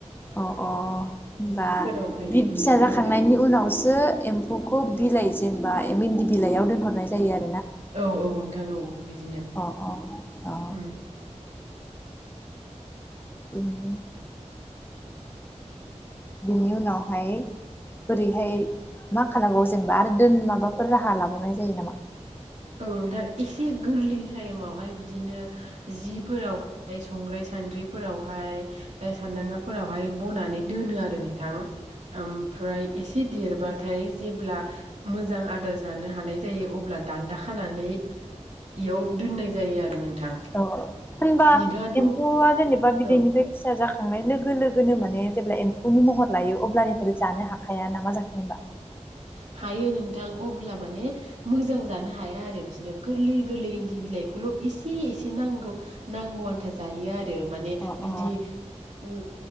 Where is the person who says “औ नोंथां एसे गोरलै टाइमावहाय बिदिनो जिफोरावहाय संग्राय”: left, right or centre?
Right